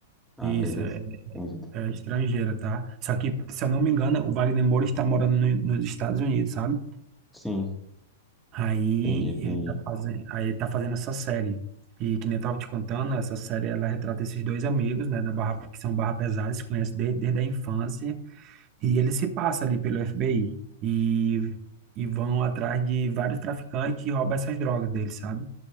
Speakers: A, in the centre; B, on the right.
A: Ah,
B: isso,
A: beleza.
B: é,
A: Entendi.
B: É estrangeira, tá? Só que, se eu não me engano, o Wagner Moura está morando no- nos Estados Unidos, sabe?
A: Sim,
B: Aí
A: entendi, entendi.
B: ele tá fazendo, aí ele tá fazendo essa série. E que nem eu tava te contando, essa série ela retrata esses dois amigos, né, da Barra, que são Barra Pesada, se conhecem desde, desde a infância, e ele se passa ali pelo FBI e, e vão atrás de vários traficantes e roubam essas drogas deles, sabe?